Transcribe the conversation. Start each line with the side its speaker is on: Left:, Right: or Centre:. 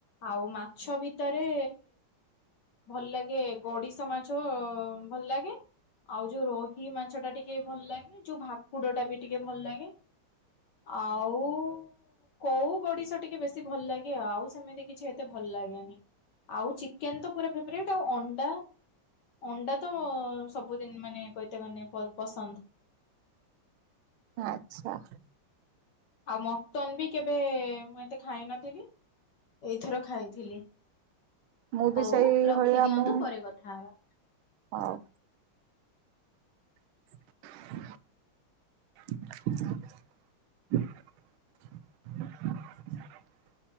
Left: ଆଉ ମାଛ ଭିତରେ। ଭଲ ଲାଗେ ଗଡିସ୍ ମାଛ ଭଲ ଲାଗେ। ଆଉ ଯୋଉ ରୋହି ମାଛ ଟା ଟିକେ ଭଲ ଲାଗେ ଯୋଉ ଭାକୁଡ ଟା ବି ଟିକେ ଭଲ ଲାଗେ। ଆଉ କଉ, ଗଡ଼ିସ ଟି ଟିକେ ବେଶୀ ଭଲ ଲାଗେ ଆଉ ସେମିତି କିଛି ଏତେ ଭଲ ଲାଗେନି। ଆଉ ଚିକେନ୍ ତ ପୁରା ଫେବରେଟ୍ ଆଉ ଅଣ୍ଡା। ଅଣ୍ଡା ତ ସବୁଦିନି ମାନେ କହିତେ ଗନେ ପ-ପସନ୍ଦ।
Right: ହଁ ଆଚ୍ଛା।
Left: ଆଉ ମଟନ୍ ବି କେବେ ମୁଁ ଏତେ ଖାଇ ନଥିଲି। ଏଇଥର ଖାଇଥିଲି।
Right: ମୁଁ
Left: ହଉ
Right: ବି ସେଇ
Left: ରଖିଦିଅନ୍ତୁ
Right: ଭଳିଆ ମୁଁ
Left: ପରେ କଥା ହବା।
Right: ହଉ <inaudible> <inaudible>